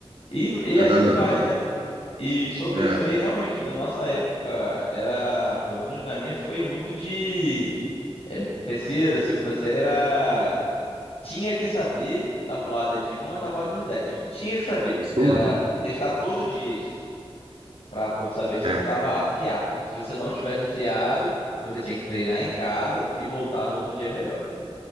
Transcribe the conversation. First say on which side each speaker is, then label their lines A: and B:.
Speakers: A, on the left (about 75°); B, on the right (about 70°).
A: E,
B: É
A: e assim
B: verdade.
A: vai, né? E sobre
B: É,
A: isso aí, realmente, na nossa época, era, pelo menos na minha, foi muito de é, terceira, segunda série, era. Tinha que saber tabuada de um a tabuada de 10. Tinha que saber.
B: isso
A: Era
B: mesmo.
A: testar todo dia isso. Pra po- saber se
B: É.
A: você tava afiado. Se você não tivesse afiado, você tinha que treinar em casa e voltar no outro dia melhor.